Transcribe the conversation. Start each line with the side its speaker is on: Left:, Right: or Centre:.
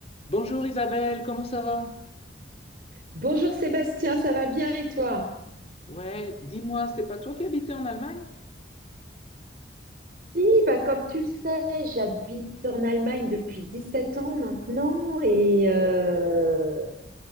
Left: Bonjour Isabelle, comment ça va?
Right: Bonjour Sébastien, ça va bien et toi?
Left: Ouais, dis-moi, c'est pas toi qui habitais en Allemagne?
Right: Oui, bah comme tu le sais, j'habite en Allemagne depuis 17 ans maintenant et, euh,